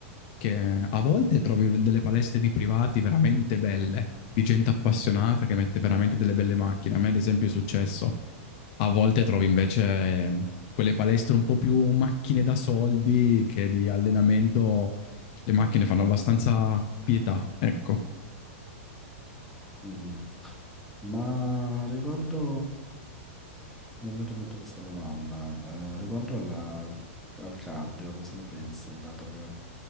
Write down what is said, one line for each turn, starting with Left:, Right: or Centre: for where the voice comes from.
Left: che a volte trovi delle palestre di privati veramente belle, di gente appassionata che mette veramente delle belle macchine. A me, ad esempio, è successo. A volte trovi invece eh, quelle palestre un po' più macchine da soldi che di allenamento le macchine fanno abbastanza pietà, ecco.
Centre: Mhm. Ma riguardo, mi è venuta in mente questa domanda, eh, riguardo alla- al cardio, cosa ne pensi, dato che